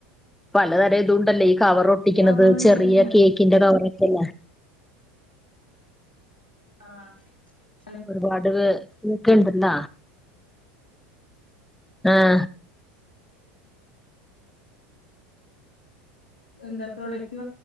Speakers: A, in the centre; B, on the left.
A: പലതരം ഇതുണ്ടല്ലേ കവർ ഒട്ടിക്കുന്നത്
B: കിട്ടാവാന്ന് വെച്ചാല്
A: ചെറിയ
B: ഞാൻ
A: കേക്കിന്റെ കവറ ഒക്കെയല്ല
B: ആഹ
A: ഒരുപാട് കേക്കണ്ടല്ല ആഹ
B: എന്താ പ്രോഡക്റ്റ്